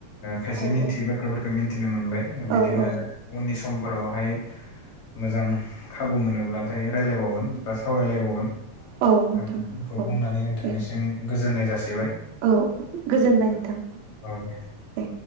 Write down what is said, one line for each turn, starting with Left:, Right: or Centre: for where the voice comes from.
Left: खायसे
Right: औ
Left: मिथियै
Right: औ
Left: बाथ्राफोरखौ मिन्थिनो मोनबाय। बिदिनो
Right: औ औ
Left: उननि समफोरावहाय मोजां खाबु मोनोब्लाथ'। फरायजलायबावगोन बा सावरायलायबावगोन।
Right: औ नोंथां
Left: बेखौ
Right: औ
Left: बुंनानै नोंथांनिसिम
Right: दे
Left: गोजोननाय जासिबाय
Right: औ गोजोनबाय नोंथां
Left: औ दे।
Right: दे